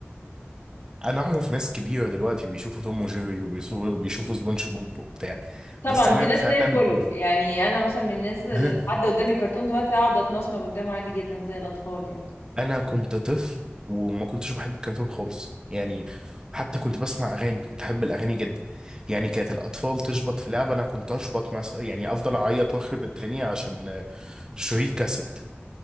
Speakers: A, on the right (about 15°); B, on the left (about 75°).
A: انا اعرف ناس كبيره دلوقتي بيشوفوا توم وجيري وبيشوفوا بيشوفوا سبونج بوب وبتاع
B: طبعا
A: بس
B: دي
A: انا
B: ناس
A: فعلا
B: زي الفل
A: كنت
B: يعني انا مثلا من الناس اللي
A: <laughs>
B: حد قدامي كرتون دلوقتي اقعد اتمسمر قدامه عادي جدا زي الاطفال يعني
A: انا كنت طفل وما كنتش بحب الكرتون خالص يعني حتى كنت بسمع اغاني كنت احب الاغاني جدا يعني كانت الاطفال تشبط في لعبه انا كنت اشبط مثلا يعني افضل اعيط واخرب الدنيا عشان آه، شريط كاسيت